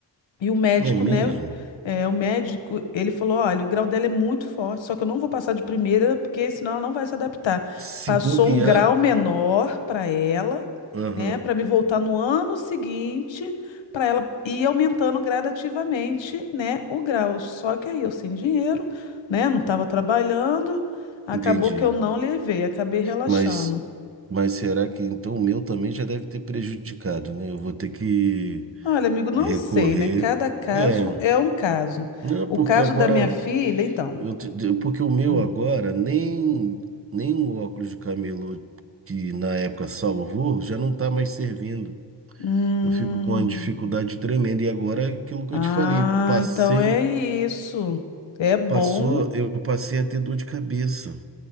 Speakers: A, on the left; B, on the right.
A: E o médico,
B: É mesmo?
A: né? É, o médico, ele falou: olha, o grau dela é muito forte, só que eu não vou passar de primeira, porque senão ela não vai se adaptar.
B: Se
A: Passou
B: bobear.
A: um grau menor para ela,
B: Aham.
A: né? Para me voltar no ano seguinte, para ela ir aumentando gradativamente, né? O grau. Só que aí eu sem dinheiro, né? Não estava trabalhando, acabou
B: Entendi.
A: que eu não levei, acabei relaxando.
B: Mas, mas será que então o meu também já deve ter prejudicado, né? Eu vou ter que
A: Olha, amigo, não
B: recorrer.
A: sei, né? Cada caso
B: É.
A: é um caso.
B: Não,
A: O
B: porque
A: caso
B: agora.
A: da minha filha, então.
B: Eu te- de- porque o meu
A: hum,
B: agora, nem, nem o óculos de camelô que na época salvou, já não tá mais servindo.
A: Hum.
B: Eu fico com uma dificuldade tremenda. E agora é aquilo que
A: Ah,
B: eu te falei, passei,
A: então é isso. É bom.
B: passou, eu passei a ter dor de cabeça.